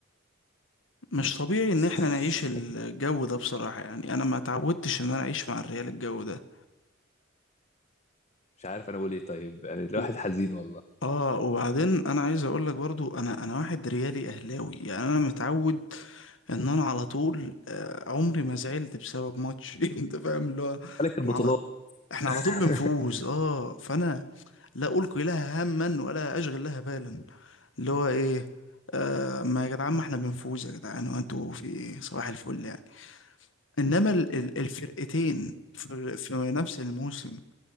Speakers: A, on the left; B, on the left.
A: مش طبيعي إن
B: هيبقى
A: إحنا نعيش الجو
B: <laughs>
A: ده بصراحة يعني أنا ما تعودتش إن أنا أعيش مع الريال الجو ده
B: مش عارف انا اقول ايه طيب يعني الواحد
A: و-
B: حزين والله
A: آه وبعدين أنا عايز أقول لك برضو أنا أنا واحد ريالي أهلاوي يعني أنا متعود ان انا على طول آه، عمري ما زعلت بسبب ماتش <laughs> انت فاهم اللي هو
B: ملك البطولات
A: احنا على احنا
B: <laughs>
A: على طول بنفوز اه فانا لا القي لها هما ولا اشغل لها بالا اللي هو ايه آه ما يا جدعان ما احنا بنفوز يا جدعان وانتوا في ايه صباح الفل يعني انما ال- ال- الفرقتين في في نفس الموسم